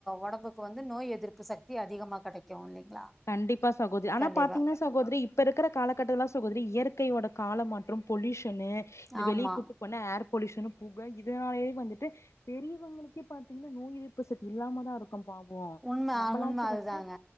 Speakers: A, in the centre; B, on the left.
A: ஒடம்புக்கு வந்து நோய் எதிர்ப்பு சக்தி அதிகமா கெடைக்கு இல்லைங்களா
B: கண்டிப்பா சகோதரி ஆனா
A: கண்டிப்பா
B: பாத்தீங்கன்னா சகோதரி இப்போ இருக்கிற காலகட்ட சகோதரி இயற்கையோட காலமாற்றம் பொல்யூஷன்ன்னு இந்த
A: ஆமா
B: வெளிய கூட்டு போன ஏர் பொல்யூஷன்ன்னு புக இதனாலயே வந்துட்டு பெரியவங்களுக்கே பாத்தீங்கன்னா நோய் எதிர்ப்பு சக்தி இல்லாம தா இருக்கு பவோ
A: உண்ம
B: நம்மளாச்சு
A: உண்ம அதுதாங்க
B: வந்து